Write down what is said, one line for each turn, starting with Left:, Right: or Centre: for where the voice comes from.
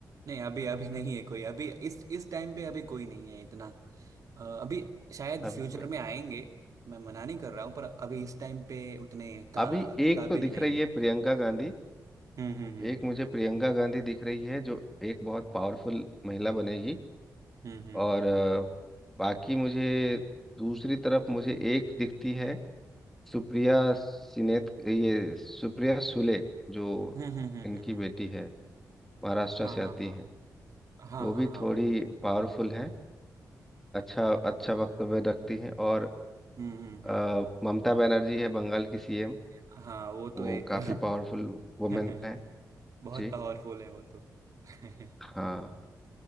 Right: नहीं अभी अभी नहीं है कोई अभी इस इस टाइम पे अभी कोई नहीं है इतना अ, अभी शायद
Centre: अभी
Right: फ्यूचर
Centre: कोई
Right: में
Centre: नहीं
Right: आएंगे मैं मना नहीं कर रहा हूँ पर अभी इस टाइम पे उतने का
Centre: अभी एक
Right: काबिल
Centre: तो दिख
Right: नहीं
Centre: रही
Right: है
Centre: है प्रियंका गांधी
Right: हम्म हम्म
Centre: एक मुझे प्रियंका गांधी दिख रही है जो एक बहुत पावरफुल महिला बनेगी
Right: हम्म हम्म
Centre: और अ, बाकी मुझे दूसरी तरफ मुझे एक दिखती है सुप्रिया सिनेत ये सुप्रिया सुले जो
Right: हम्म हम्म हम्म
Centre: इनकी
Right: हम्म हम्म,
Centre: बेटी
Right: हम्म।
Centre: है महाराष्ट्र
Right: हाँ
Centre: से
Right: हाँ
Centre: आती हैं
Right: हाँ हाँ
Centre: वो
Right: हाँ
Centre: भी
Right: हाँ
Centre: थोड़ी
Right: वो वो
Centre: पावरफुल हैं अच्छा अच्छा वक्तव्य रखती हैं और
Right: हम्म हम्म
Centre: अ,
Right: हम्म
Centre: ममता बनर्जी है बंगाल की सीएम
Right: हाँ वो तो
Centre: वो
Right: एक
Centre: काफ़ी पावरफुल वुमेन
Right: <laughs>
Centre: है
Right: बहुत
Centre: जी
Right: पावरफुल है वो तो <laughs>
Centre: हाँ